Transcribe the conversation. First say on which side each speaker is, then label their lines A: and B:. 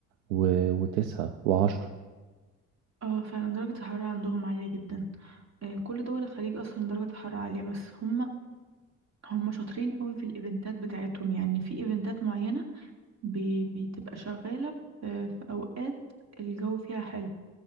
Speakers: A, on the right (about 65°); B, on the right (about 40°).
A: و... وتسعة وعشرة
B: اه فعلا درجة الحرارة عندهم عالية جدا آه، كل دول الخليج اصلا درجة الحرارة عالية بس هم هم شاطرين قوي في الايفنتات بتاعتهم يعني في ايفنتات معينة بي- بتبقى شغالة في في اوقات الجو فيها حلو